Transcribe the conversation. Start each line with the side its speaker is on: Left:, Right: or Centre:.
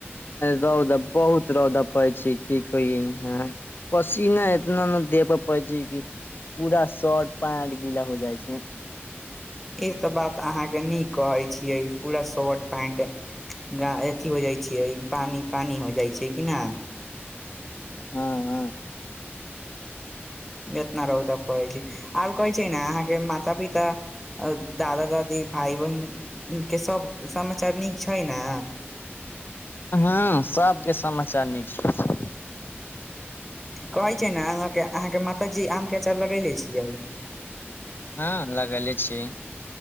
Left: रौद बहुत रौदा पड़ छै की कहियय अहांके पसीना एतना न देह परै छै कि पूरा शॉर्ट पैंट गीला हो जाइ छै
Centre: ई त बात अहाँके नीक कहै छियै पूरा शॉर्ट पैंट गा अथि हो जाइ छियै पानि पानि हो जाइ छै कि ना
Left: हाँ हाँ
Centre: एतना रउदा परै छै आर कहै छै ने अहाँके माता पिता दादा दादी भाय बहिन के सब समाचार नीक छै ना
Left: हँ सबके <unintelligible>
Centre: कहै छै ने अहाॅंके अहाँके माताजी आम के अचार लगैले छियै
Left: हाँ लगले छियै